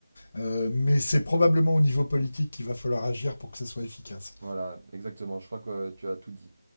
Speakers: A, on the left; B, on the right.
A: Euh, mais c'est probablement au niveau politique qu'il va falloir agir pour que ce soit efficace.
B: Voilà, exactement, je crois que euh, tu as tout dit.